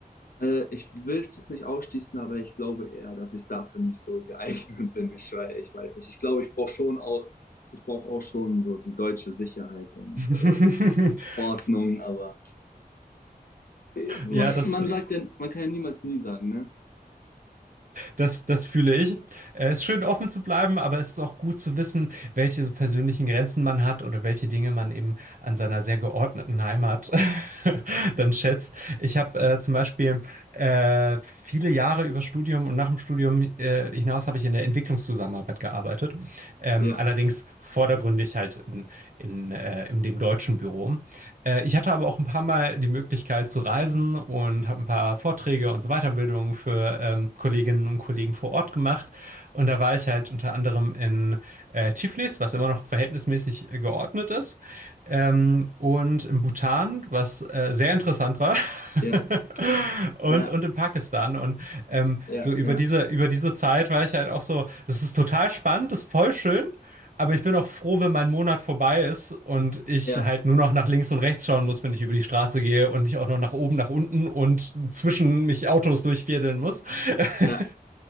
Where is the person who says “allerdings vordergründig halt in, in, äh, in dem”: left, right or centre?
Right